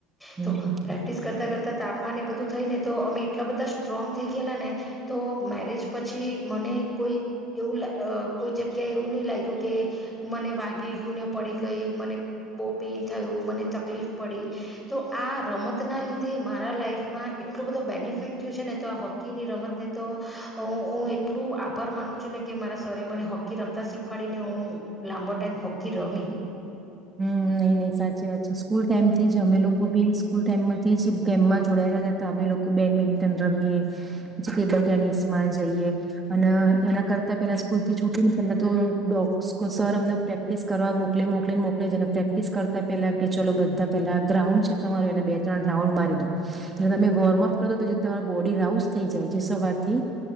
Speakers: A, on the right; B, in the centre.
A: હમ
B: તો પ્રેક્ટિસ કરતા કરતા તાપમાન એ બધું થઈ ને તો અમે એટલા બધા સ્ટ્રોંગ થઈ ગયેલા ને તો મેરેજ પછી મને કોઈ એવું કોઈ જગ્યા એવું નહી લાગ્યું કે મને વાગી ગયુંને પડી ગઈ મને બહુ પેઇન થયું મને તકલીફ પડી તો આ રમત રમત ના લીધે મારા લાઈફમાં એટલો બધો બેનિફિટ થયયો છે ને તો આ હોકીની રમતને તો હું એટલું આભાર માનું છું ને કે મારા સ્વરે મને હોકી રમતા શીખવાડીને હું લાંબો ટાઈમ હોકી રમી
A: હમ નઈ નઈ સાચી વાત છે સ્કૂલ ટાઈમથી જ અમે લોકો કો બી સ્કૂલ ટાઈમ માંથી જ કેમ્પમાં જોડાયેલા જતા અમે લોકો બેડમિન્ટન રમીએ પછી ટેબલ ટેનિસ માં જઈએ અને એના કરતા પેલા સ્કૂલ થી છૂટી ને પેલા તો ડોગસ સર અમને પ્રેક્ટિસ કરવા મોક મો મોકલીને મોકલીને પ્રેક્ટિસ કરતા પેલા કે ચલો બધા પેલા ગ્રાઉન્ડ છે તમારો એને બે ત્રણ રાઉન્ડ મારી દો તમે વોર્મઅપ કરી દો તો જે તમા બોડી રાઉસ થઈ જાય જે સવારથી